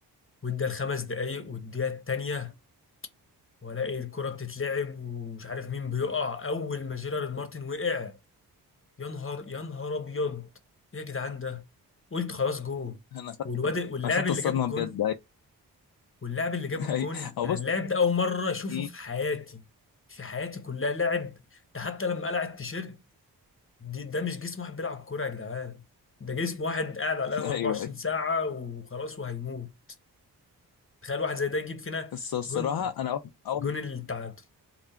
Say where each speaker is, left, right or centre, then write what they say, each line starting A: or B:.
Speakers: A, on the left; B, on the left.
A: وادى الخمس دقائق والدقيقه الثانيه والاقي الكره بتتلعب ومش عارف مين بيقع اول ما جيرارد مارتن وقع يا نهار يا نهار ابيض ايه يا جدعان ده قلت خلاص جول
B: انا خدت
A: والواد واللاعب
B: انا خدت
A: اللي
B: الصدمه
A: جاب الجون
B: بجد ايوه
A: واللاعب اللي جاب الجون
B: أيوة. هو
A: انا
B: بص
A: اللاعب ده اول مره اشوفه
B: مم.
A: في حياتي في حياتي كلها لاعب ده حتى لما قلع التيشيرت دي ده مش جسم واحد بيلعب كوره يا جدعان ده جسم واحد قاعد على القهوه
B: ايوه
A: 24
B: ايوه
A: ساعه وخلاص وهيموت تخيل واحد زي ده يجيب فينا
B: بس هو الصراحه
A: جون
B: انا اول اول
A: جون التعادل